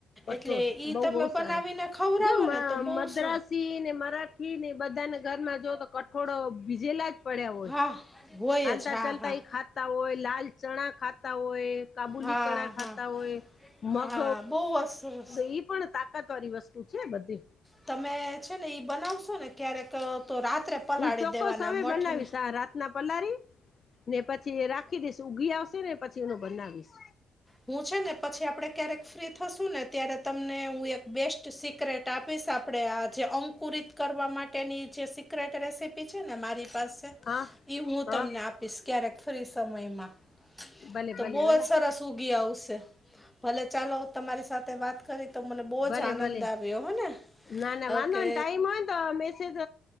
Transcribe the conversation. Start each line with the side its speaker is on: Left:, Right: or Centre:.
Centre: એટલે
Left: કો
Centre: ઈ
Left: બઉ
Centre: તમે
Left: બહ
Centre: બનાવીને
Left: સારા
Centre: ખવડાવો
Left: જો
Centre: ને તો બહુ
Left: મદ્રાસ
Centre: સ
Left: ને મરા નહી બધાને ઘરમાં જો તો કઠોળો ભીજેલા જ પડ્યા હોય
Centre: હા હોય
Left: હાલતા
Centre: જ હા
Left: ચાલતા
Centre: હા
Left: એા ખ હોય લાલ ચણા ખાતા હોય કાબુલી
Centre: હા
Left: ચણા ખાતા
Centre: હા
Left: હોય મગ
Centre: હા બહુ જ સરસ
Left: એ પણ તાકાત વાળી વસ્તુ છે, બધી
Centre: તમે છે ને ઈ બનાવશો ને ક્યારેક તો રાત્રે પલાળી
Left: હું ચોક્કસ
Centre: દેવાના
Left: હવે
Centre: મઠ
Left: બનાવીશ
Centre: ને
Left: આ રાતના પલારી ને પછી રાખી દઈશ ઉઊગી આવશે ને પછી એનું બનાવીશ
Centre: હું છે ને પછી આપણે ક્યારેક ફ્રી થશું ને ત્યારે તમને હું એક બેસ્ટ સિક્રેટ આપીશ આપ આપડણે આ જે અંકુરિત કરવા માટેની જે સિક્રેટ રેસીપી છેને, મારી પાસે
Left: હા
Centre: ઈ હું
Left: હા
Centre: તમને આપીશ ક્યારેક ફરી સમયમાં
Left: ભલે
Centre: તો
Left: ભલે
Centre: બહુ
Left: ભલા
Centre: જ સરસ સુી આવશે ભલે ચાલો તમારી સાથે વાત કરી તો મને બહુ
Left: ભલે
Centre: જ આનંદ
Left: ભલે
Centre: આવ્યો હેને
Left: ના ના વાંધો
Centre: કે
Left: ને ટાઈમ હોય ને તો મેસેજ